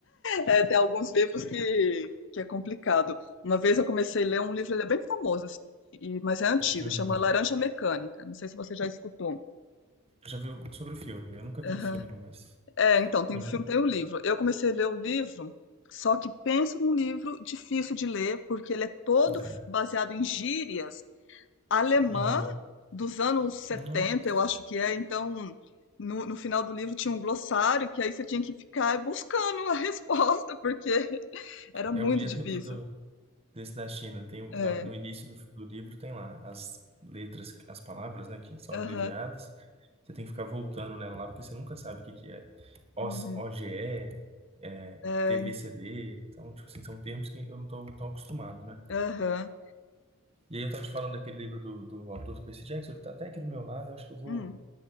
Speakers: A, on the left (about 60°); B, on the right (about 30°).
A: É, tem alguns livros que, que é complicado. Uma vez eu comecei a ler um livro, ele é bem famoso, assim, e- mas é antigo,
B: Uhum.
A: chama Laranja Mecânica. Não sei se você já escutou.
B: Já viu sobre o filme? Eu nunca vi
A: Aham.
B: o filme, não, mas.
A: É, então, tem
B: Uhum.
A: o filme, tem o livro. Eu comecei a ler o livro, só que penso num livro difícil de ler, porque ele é todo
B: É.
A: baseado em gírias alemã
B: Uhum.
A: dos anos setenta,
B: Nossa.
A: eu acho que é. Então, no, no final do livro tinha um glossário que aí você tinha que ficar buscando a <laughs> resposta, porque era
B: É
A: muito
B: o mesmo
A: difícil.
B: do, do, Desse da China, tem o-
A: É,
B: na- no início do, do livro tem lá as letras, as palavras, né, que são abreviadas.
A: aham,
B: Você tem que ficar voltando nela lá, porque você nunca sabe o que que é. OS
A: uhum,
B: OGE, é,
A: é,
B: TVCD, então, tipo assim, são termos que eu não tô tão acostumado, né?
A: aham,
B: E aí eu tava te falando daquele livro do, do autor do Percy Jackson, ele tá até aqui do meu lado, eu acho que eu vou,
A: hum,